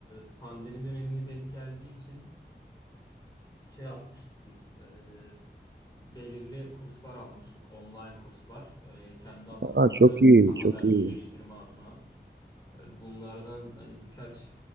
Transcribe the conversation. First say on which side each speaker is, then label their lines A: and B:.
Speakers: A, on the left (about 20°); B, on the right (about 75°).
A: e, pandemi dönemine denk geldiği için şey yapmıştık biz. e, belirli kurslar almıştık, online kurslar. E, kendi alanımızı
B: Aa, çok iyi,
A: daha
B: çok
A: da iyileştirme
B: iyi.
A: adına. E, Bunlardan hani birkaç